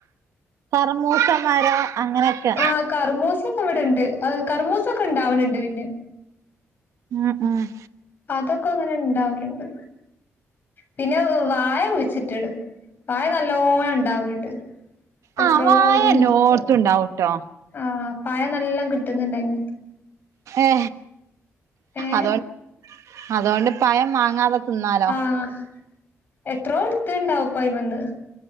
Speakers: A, on the right (about 80°); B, on the left (about 40°).
A: കറമുസാ മരം അങ്ങനൊക്കെ
B: ആഹ് കറ്മൂസ ഒക്കെ ഇവിടെണ്ട് കർമൂസ ഒക്കെ ഉണ്ടാവാനുണ്ട് പിന്നെ
A: ആഹ് ആഹ്
B: അതൊക്കെ അങ്ങനെ ഇണ്ടാവലുണ്ട് പിന്നെ വാഴ കുഴിച്ചിട്ട് വാഴ നല്ലോണം ഉണ്ടാവണണ്ട് ഇപ്പ
A: ആ
B: എത്രയോ
A: വായ
B: ആയി
A: എല്ലോടത്തും
B: എടുത്ത്
A: ഉണ്ടാവൂട്ടോ
B: ആഹ് പഴ നല്ലാം കിട്ടുന്നുണ്ടായി
A: എ
B: ഏ
A: അതൊണ്ട് അതൊണ്ട് പഴം പിന്നെ വാങ്ങാതെ ങ്ങാതെതിന്നാലോ
B: ആഹ് എത്രോ എടുത്ത ഇണ്ടാവും അതിമേന്ന്